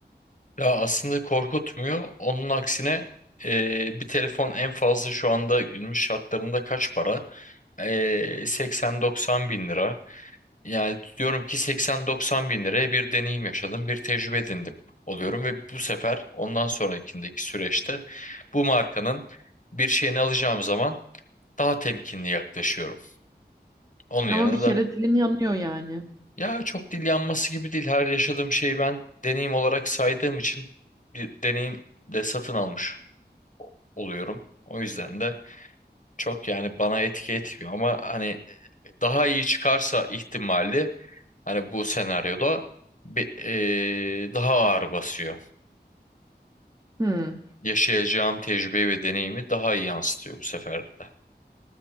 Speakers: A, on the left; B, on the right.
A: Ya aslında korkutmuyor. Onun aksine e, bir telefon en fazla şu anda günümüz şartlarında kaç para? E, 80-90 bin lira. Yani diyorum ki 80-90 bin liraya bir deneyim yaşadım, bir tecrübe edindim oluyorum ve bu sefer ondan sonrakindeki süreçte bu markanın bir şeyini alacağım zaman daha temkinli yaklaşıyorum. Onun
B: Ama
A: yerine
B: bir kere
A: de
B: dilin yanıyor yani.
A: ya çok dil yanması gibi değil. Her yaşadığım şeyi ben deneyim olarak saydığım için bir deneyim de satın almış oluyorum. O yüzden de çok yani bana etki etmiyor ama hani e, daha iyi çıkarsa ihtimali hani bu senaryoda bir, eee, daha ağır basıyor.
B: Hmm,
A: Yaşayacağım tecrübe ve deneyimi daha iyi yansıtıyor bu sefer de.